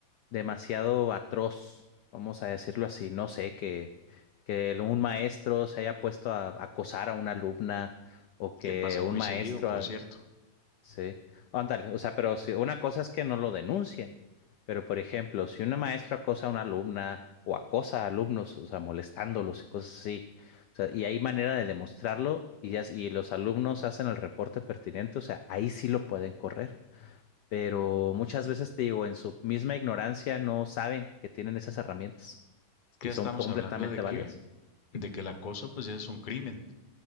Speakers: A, on the left; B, on the left.
A: demasiado atroz, vamos a decirlo así, no sé, que, que el- un maestro se haya puesto a, acosar a una alumna o que
B: Que pasa muy
A: un maestro
B: seguido, por cierto.
A: Sí, ándale, o sea, pero si una cosa es que no lo denuncien, pero por ejemplo, si una maestra acosa a una alumna o acosa a alumnos, o sea, molestándolos y cosas así, o sea, y hay manera de demostrarlo y, ya- y los alumnos hacen el reporte pertinente, o sea, ahí sí lo pueden correr, pero muchas veces te digo, en su misma ignorancia no saben que tienen esas herramientas
B: Que
A: y
B: ya
A: son
B: estamos
A: completamente
B: hablando de que,
A: válidas.
B: de que el acoso, pues ya es un crimen.